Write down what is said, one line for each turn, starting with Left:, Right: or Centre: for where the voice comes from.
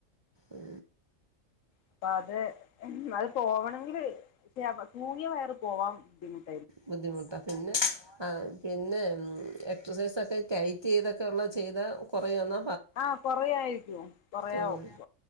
Right: ഉ
Left: അപ്പൊ അത് അത് പോവണമെങ്കില് പക്ഷെ തൂങ്ങിയ വയറെ പോവാൻ ബുദ്ധിമുട്ട്
Right: ബുദ്ധിമുട്ടാ പിന്നെ പിന്നെ എക്സസൈസ് ഒക്കെ ടൈറ്റ് ചെയ്തൊക്കെ ഉള്ള ചെയ്ത കുറയന്ന
Left: ആഹ കൊറായിരിക്കും കൊറയാവും
Right: ഉം.